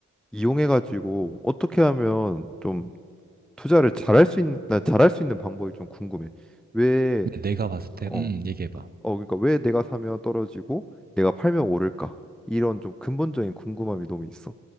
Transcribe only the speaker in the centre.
이용해가지고 어떻게 하면 좀 투자를 잘할 수 있는, 나 잘할 수 있는 방법이 좀 궁금해. 왜,
어
어, 그러니까 왜 내가 사면 떨어지고 내가 팔면 오를까? 이런 좀 근본적인 궁금함이 너무 있어.